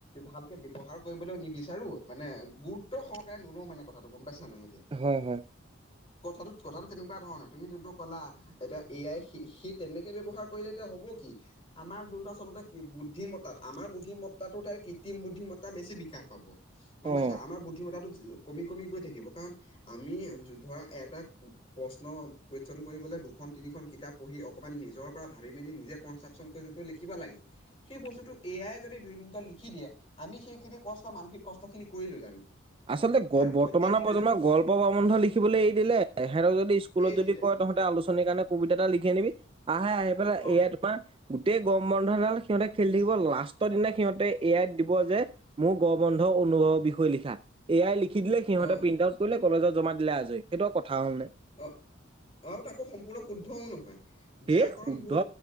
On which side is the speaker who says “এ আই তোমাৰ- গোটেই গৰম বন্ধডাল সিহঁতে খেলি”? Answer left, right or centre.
Right